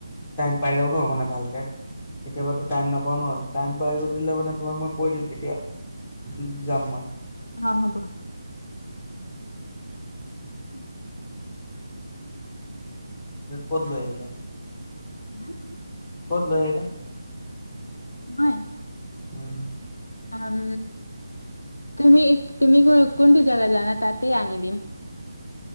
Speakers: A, on the left (about 20°); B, on the left (about 85°).
A: টাইম পাই যাওঁ ন মানে ভালকে কেতিয়াবাতো টাইম নাপাওঁ ন আৰু টাইমপাই দিলে মানে তোমাক মই কৈ দিম তেতিয়া যাম মই
B: অঁ হ'ব। <inaudible>
A: ক'ত লৈ আহিবা?
B: হে
A: ক'ত লৈ আহিবা?
B: মই?
A: উম।
B: উম তুমি তুমি কোনটো জাগাত জানা তাতে আনি দিম